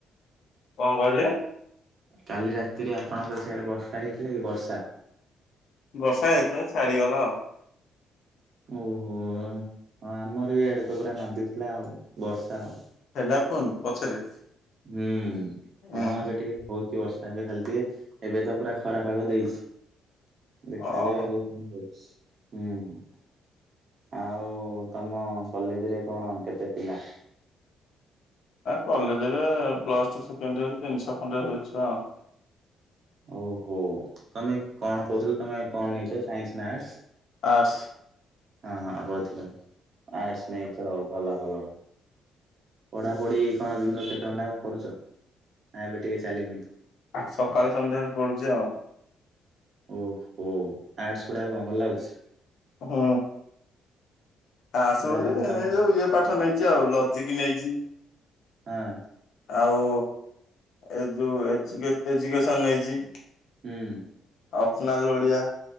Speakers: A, on the left; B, on the right.
A: କଣ କହିଲେ?
B: କାଲି ରାତିରେ ଆପଣଙ୍କର ସିଆଡେ ବର୍ଷା ହେଇଥିଲା କି ବର୍ଷା?
A: ବର୍ଷା ହେଇଥିଲା ଛାଡିଗଲା ଆଉ।
B: ଓହୋ, ହଁ ଆମର ବି ଇଆଡେ ତ ପୁରା ନାଦି ଥିଲା ଆଉ ବର୍ଷା ଆଉ।
A: ହେଲାଫୋନ ପଛରେ।
B: ହୁଁ
A: ଉୁଁ
B: କଣ
A: ହୁଁ।
B: ଏବେ ଟିକେ ହଉ ବର୍ଷା ହେବେ ଖାଲି ଟିକେ ଏବେ ତ ପୁରା ଖରାପ ପାଗ ଦେଇଛି। ଦେଖାାଯାଉ
A: ଓହୋ
B: ଆଗକୁ କନ ହୋଉଛି। ହୁଁ। ଆଉ ତମ କଲେଜରେ କଣ କେତେ ପିଲା?
A: କଲେଜରେ ପ୍ଲସ ଟୁ ସେକେଣ୍ଡ ଇୟର ରେ ତିନିଶ ଖଣ୍ଡ ହେବେ ଛୁଆ ଆଉ।
B: ଓହୋ ତମେ କଣ କହୁଥିଲ ତମେ କଣ ନେଇଛ ସାଇନ୍ସ ନା ଆର୍ଟସ?
A: ଆସ
B: ହଁ ହଁ କହୁଥିଲ ଆଟ୍ସ ନେଇଚ ଭଲ ଭଲ। ପଢା ପଢି କଣ ଦିନ କେତେ ଘଣ୍ଟା କଣ କରୁଛ? ନା ଏବେ ଟିକେ ଚାଲିନି।
A: ସକାଳେ ସନ୍ଧ୍ୟାଳେ ପଡୁଛି ଆଉ।
B: ଓହୋ ଆର୍ଟସ ପଢକୁ କଣ ଭଲ ଲାଗୁଛି।
A: ହୁଁ ଆ ଆସ
B: ଯାହା
A: ବୋଲି
B: ହଉ ତମ
A: ଏ ଯୋଉ ଇଏ ପାଠ ନେଇ ଆଉ ଲଜିକ ନେଇଛି।
B: ହଁ।
A: ଆଉ ଏ ଯୋଉ ଏ ଏଜୁକେସନ ନେଇଛି।
B: ହୁଁ।
A: ଅଫନାଲ ଓଡିଆ